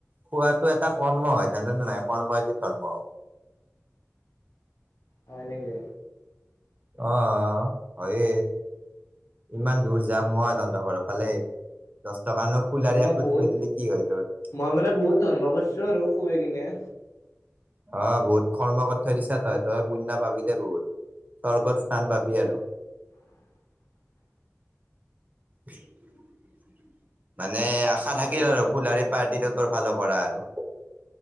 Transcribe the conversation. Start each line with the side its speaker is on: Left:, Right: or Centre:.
Right: খোৱাতটো এটা কৰ্ম হয় জানে নো নাই কৰ্ম হয় যে ধৰ্ম।
Left: হয় নেকি।
Right: অহ, হয়ে। ইমান দূৰ যাম মই তহন্তৰ ঘৰৰ ফালে দোকানো ফুলাৰে
Left: এনে মই
Right: আপলোড
Left: বহুত
Right: কৰি দিলে কি হয় তোৰ?
Left: মই মানে বহুত ধৰ্ম কৰছো আৰু খোৱে কিনে।
Right: অহ, বহুত কৰ্ম কৰি থৈ দিছা তই -তই পুণ্য পাবিদে বহুত। স্বৰ্গত স্থান পাবি আৰু।
Left: <inaudible>
Right: <inaudible> বাদ নে আশা থাকিল
Left: হয় নেকি?
Right: আৰু ফুলাৰি পাৰ্টিটো তোৰ ফালৰ পৰা আৰু।